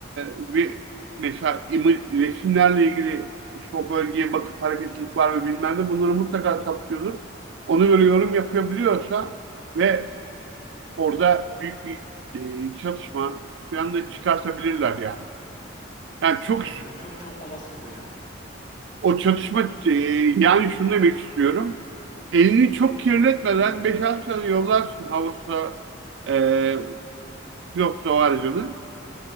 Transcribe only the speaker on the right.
ve mesela imi- resimlerle ilgili işte o bölgeye bakıp hareketlilik var mı bilmem ne bunları mutlaka saptıyordur. Ona göre yorum yapabiliyorsa ve orada büyük bir e, çatışma falan da çıkartabilirler yani. Yani
çok
o çatışma e, yani şunu demek istiyorum. Elini çok kirletmeden beş altı tane yollarsın havasına e, pilotlu o aracını.